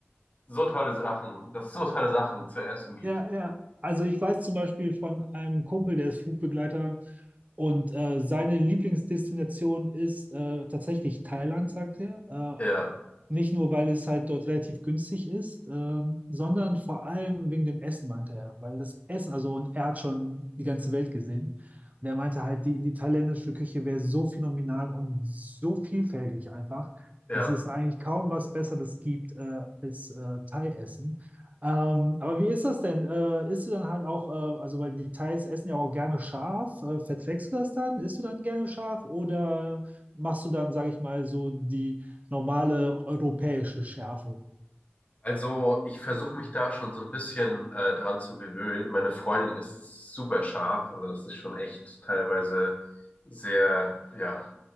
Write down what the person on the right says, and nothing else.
ja, ja. Also ich weiß zum Beispiel von einem Kumpel, der ist Flugbegleiter und äh, seine Lieblingsdestination ist äh, tatsächlich Thailand, sagt er. Äh,
Nicht nur, weil es halt dort relativ günstig ist, ähm, sondern vor allem wegen dem Essen, meinte er. Weil das Essen, also, und er hat schon die ganze Welt gesehen. Und er meinte halt, die, die thailändische Küche wäre so phänomenal und so vielfältig einfach,
dass es eigentlich kaum was Besseres gibt äh, als äh, Thai-Essen. Ähm, aber wie ist das denn? Äh, isst du dann halt auch, äh, also, weil die Thais essen ja auch gerne scharf. Äh, verträgst du das dann? Isst du dann gerne scharf? Oder machst du dann, sage ich mal, so die normale europäische Schärfe.